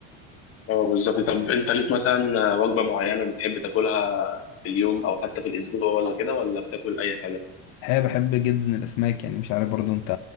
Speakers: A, on the left; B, on the left.
A: اه بالظبط طب انت ليك مثلا وجبة معينة بتحب تاكلها في اليوم او حتى في الاسبوع ولا كده ولا بتاكل اي حاجة؟
B: الحقيقة بحب جدا الأسماك يعني مش عارف برضو أنت